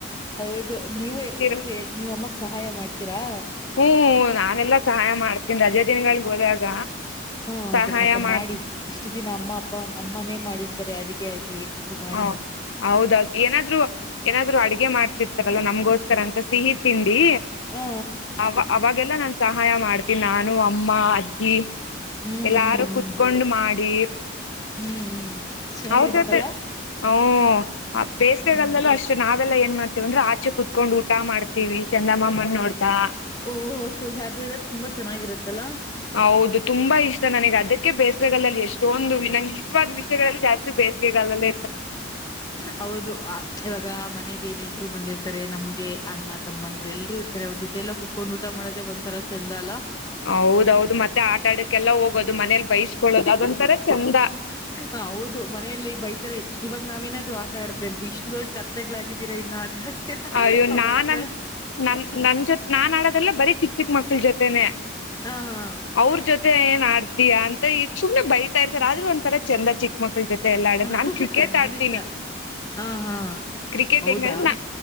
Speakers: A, on the left (about 20°); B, on the left (about 85°).
A: ಹೌದು ನೀವು
B: ತಿರ್
A: ಏನಾದ್ರೂ ನೀವ ಅಮ್ಮಕ್ ಸಹಾಯ ಮಾಡ್ತೀರಾ
B: ಹ್ಮ್ ನಾನೆಲ್ಲಾ ಸಹಾಯ ಮಾಡ್ತೀನ್ ರಜೆ ದಿನಗಳಲ್ಲಿ ಹೋದಾಗ
A: ಹ
B: ಸಹಾಯ
A: ಅದೇ ಪಾಪ
B: ಮಾಡ್
A: ಮಾಡಿ ಇಷ್ಟು ದಿನ ಅಮ್ಮ ಅಪ್ಪ ಅಮ್ಮನೇ ಮಾಡಿರ್ತಾರೆ ಅಡುಗೆ ಆಗ್ಲಿ ಮಾಡಿ
B: ಹ ಹೌದ ಏನಾದ್ರು ಏನಾದ್ರು ಅಡ್ಗೆ ಮಾಡ್ತಿರ್ತಾರಲ್ಲ ನಮ್ಗೋಸ್ಕರ ಅಂತ ಸಿಹಿ ತಿಂಡಿ
A: ಹಾ
B: ಅವ ಅವಾಗೆಲ್ಲ ನಾನು ಸಹಾಯ ಮಾಡ್ತೀನಿ ನಾನು ಅಮ್ಮ ಅಜ್ಜಿ
A: ಹ್ಮ್ ಹ್ಮ್
B: ಎಲ್ಲಾರು ಕುೂತ್ಕೊಂಡು ಮಾಡಿ
A: ಹ್ಮ್ ಹ್ಮ್ ಚೆನ್ನಾಗಿರುತ್ತಲ್ಲ
B: ಅವ ಹಓ ಬೇಸ್ಗೆಗಲ್ದಲ್ಲೂ
A: ಹ್ಮ್
B: ಅಷ್ಟೇ ಅಷ್ಟ ನಾವೆಲ್ಲ ಏನ್ ಮಾಡ್ತೀವಂದ್ರೆ ಆಚೆ ಕುತ್ಕೊಂಡ್ ಊಟ ಮಾಡ್ತೀವಿ ಚಂದಮಾಮನ್ ನೋಡ್ತಾ
A: ಓಹ ಯ್ರ ತುಂಬಾ ಚೆನ್ನಾಗಿರುತ್ತಲ್ಲಾ
B: ಹೌದು ತುಂಬಾ ಇಷ್ಟ ನನಗೆ ಅದಕ್ಕೆ ಬೇಸರಗಲ್ಲಲ್ಲಿ ಎಷ್ಟೊಂದು ನಂಗೆ ಇಷ್ಟವಾದ ವಿಷಯಗಳಲ್ಲಿ ಜಾಸ್ತಿ ಬೇಸ ಗಲ್ಲಲ್ಲ
A: ಹೌದು ಇವಾಗ ಮನೆಗೆ ನೆಂಟರು ಬಂದಿರ್ತಾರೆ ನಮ್ಗೆ ಅಣ್ಣ ತಮ್ಮ ಅಂದ್ರು ಎಲ್ಲರು ಇರ್ತಾರೆ ಅವ್ರ ಜೊತೆ ಎಲ್ಲ ಕು ಕೊಂಡ್ ಊಟ ಮಾಡದೆ ಒಂದ್ಂತರ ಚಂದ ಅಲ್ಲ
B: ಹೌದೌದು ಮತ್ತೆ ಆಟ ಆಡಕ್ಕೆಲ್ಲ ಹೋಗೋದು ಮನೇಲಿ ಬೈಸ್ಕೊಳ್ಳೋದು ಅದೊಂತರ ಚಂದ
A: ಹ ಹೌದು ಮನೆಯಲ್ಲಿ ಬೈತಾರೆ ಇವಾಗ ನಾವೇನಾದ್ರು ಆಡ್ದೇ ಅಂತು ಇಷ್ಟು ದೊಡ್ ಕತ್ತೆಗ್ಗಳಾಗಿದ್ದೀರ ಇನ್ನು ಆಟ
B: ಅಯ್ಯೋ
A: ಅಬತ್ರ
B: ನಾನನ್ ನನ್ ನನ್ ಜೊತೆ ನಾನ್ ಆಡೋದೆಲ್ಲ ಬರೀ ಚಿಕ್ಕ ಚಿಕ್ಕ ಮಕ್ಳ ಜೊತೆನೆ
A: ಆ ಹಾ
B: ಅವ್ರ ಜೊತೆ ಏನ್ ಆಡ್ತೀಯ ಅಂತ ಸುಮ್ನೆ ಬೈತಾ ಇರ್ತಾರೆ ಆದ್ರೂ ಒಂದಥರ ಚಂದ ಚಿಕ್ಕ ಮಕ್ಕಳು ಜೊತೆ ಎಲ್ಲ ಆಡೋ ನಾನ್
A: ಹಾ
B: ಕ್ರಿಕೆಟ್
A: ಖಂಡಿತ
B: ಆಡ್ತೀನಿ
A: ಹ ಹಾ
B: ಕ್ರಿಕೆಟ್
A: ಹೌದಾ
B: ಎಂಗ ನಾ